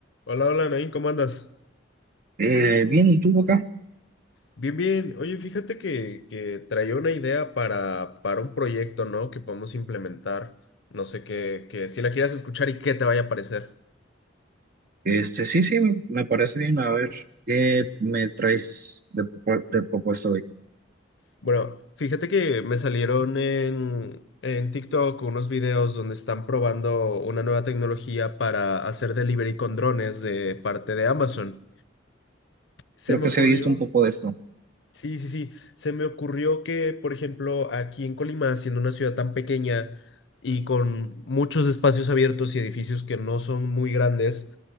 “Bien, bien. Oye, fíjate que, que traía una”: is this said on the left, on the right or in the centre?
Left